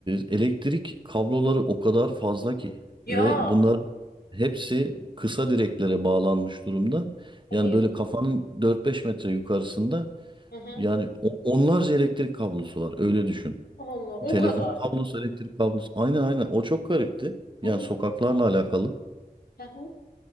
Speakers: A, on the right (about 30°); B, on the left (about 85°).
A: elektrik kabloları o kadar fazla ki
B: Ya.
A: ve bunların hepsi kısa direklere bağlanmış durumda.
B: Hadi
A: Yani
B: ya.
A: böyle kafanın 4-5 metre yukarısında
B: Hı hı.
A: yani o- onlarca elektrik kablosu var. Öyle düşün.
B: Allah o
A: Telefon
B: kadar.
A: kablosu, elektrik kablosu. Aynen aynen. O çok garipti. Yani
B: Çok
A: sokaklarla alakalı.
B: iyi.